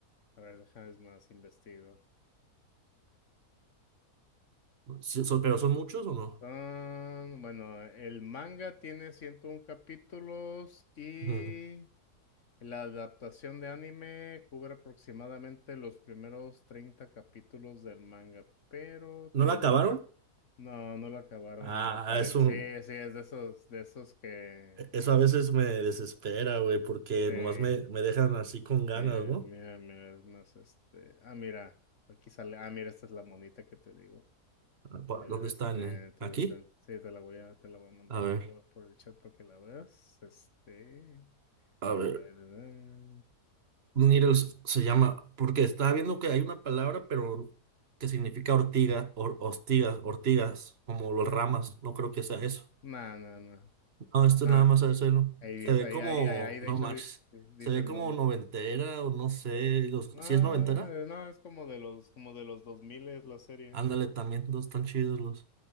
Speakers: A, on the left; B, on the right.
A: a ver, deja, es más, investigo.
B: Sí, son- ¿Pero son muchos o no?
A: Son, bueno, el manga tiene 101 capítulos y
B: Ujú.
A: la adaptación de anime cubre aproximadamente los primeros 30 capítulos del manga, pero te,
B: ¿No la acabaron?
A: no, no lo acabaron.
B: Ah,
A: Aparece,
B: es un...
A: sí, sí, es de esos, de esos que,
B: Eso a veces me desespera, güey, porque
A: eh,
B: nomás me, me dejan así con ganas,
A: eh,
B: ¿no?
A: mira, mira, es más, este, ah, mira, aquí sale, ah, mira, esta es la monita que te digo.
B: Ah, pa-
A: A ver,
B: ¿Dónde
A: este,
B: están? eh?
A: te,
B: ¿Aquí?
A: te- sí, te la voy a, te la voy a mandar
B: A ver,
A: ahí por, por el chat para que la veas. Este,
B: a ver.
A: a ver, eh,
B: Needles se llama, porque estaba viendo que hay una palabra, pero que significa ortiga, or, hostigas, ortigas, como los ramas. No creo que sea eso.
A: no, no, no,
B: No, esto
A: nah,
B: es nada más a decirlo.
A: ahí
B: Se
A: dice,
B: ve
A: ahí,
B: como,
A: ahí, ahí, ahí, de
B: no
A: hecho
B: manches,
A: di- dice,
B: se ve
A: el
B: como
A: nombre.
B: noventera o no sé. Los,
A: Ah,
B: si es noventera,
A: eh, no, es como de los, como de los 2000 es la serie.
B: ándale también, los están chidos los.